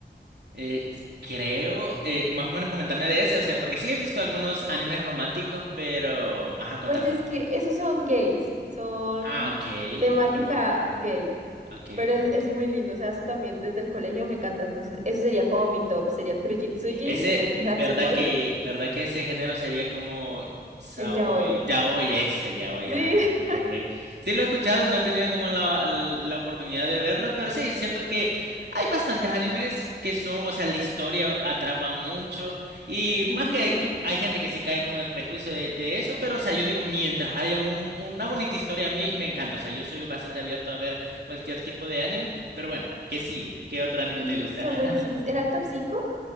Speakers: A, on the right; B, on the right.
A: Eh, creo, eh, más o menos comentame de ese, o sea, porque sí he visto algunos animes románticos, pero... Ajá, contame.
B: Pues es que esos son gays, son
A: Ah, ok.
B: temática
A: Ah, pues no.
B: gay.
A: Ok,
B: Pero
A: ok,
B: es,
A: ok.
B: es muy lindo, o sea, eso también desde el colegio me encanta. Entonces, eso sería como mi top. Sería Kurojitsuji,
A: Ese,
B: Sekaiichi Hatsukoi,
A: ¿verdad que, verdad que ese género sería como Saoy,
B: el Yaoi.
A: Yaoi, ese, Yaoi,
B: Sí.
A: ajá. Sí,
B: <laughs>
A: sí, ok. Sí lo he escuchado, no he tenido como la, la oportunidad de verlos, pero sí, siento que hay bastantes animes que son, o sea, la historia atrapa mucho y
B: Sí,
A: más que que hay gente que sí cae como en el prejuicio de, de eso, pero o sea, yo digo, mientras haya un- una bonita historia, a mí me encanta, o sea, yo soy bastante abierto a ver cualquier tipo de anime, pero bueno, ¿qué sigue? ¿Qué otro anime
B: sí,
A: te gusta?
B: son buenísimos.
A: <laughs>
B: ¿Era el top 5?